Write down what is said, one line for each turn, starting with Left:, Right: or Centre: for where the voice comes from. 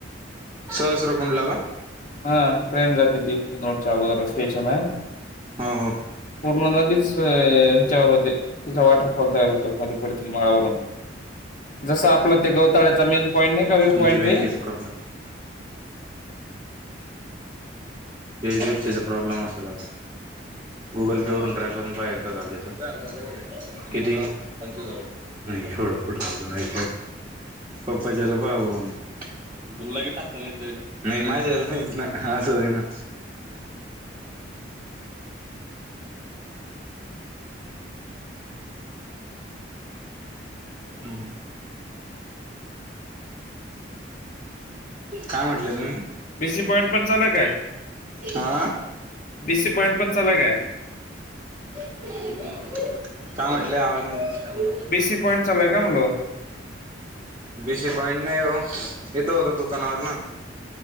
Right: सहस्र कुंडला का?
Left: हा ट्रेन जात ती दिव नोडचगोदर स्टेशन हाय.
Right: हो हो
Left: पूर्ण नदीच ह्याच्यावर होते. तिचा वॉटरफॉल तयार होतो खाली पडते माळावरून जसं आपलं ते गवत तळ्याचा मेन पॉईंट नाही का व्ह्यू
Right: तुमची
Left: पॉईंट
Right: बँकेचा
Left: ते
Right: प्रॉब्लेम पेडीएफसीचा प्रॉब्लेम असेल आज. गुगल पे वरुन ट्राय करून पहा एकदा झालेच त्याकडुुन पेमेंट आहे. किती पंचवीस हजार रुपये. नाही एवढं नाही पप्पाच्याला भाव म्हन तुला लगेच टाकतो इथल्या इथं. नाही का घेत नाही माझ्याला नाहीच ना असं दे ना. हम्म! काय म्हटले तु्म्ही?
Left: बीसी पॉइंट पण चालल काय?
Right: आ?
Left: बीसी पॉइंट पण चालूय काय?
Right: काय म्हटलंय? आवाज येना सर
Left: बीसी पॉईंट चालक का म्हणलो
Right: बीसी पॉइंट नाही ओ येत होत दुकानावर ना.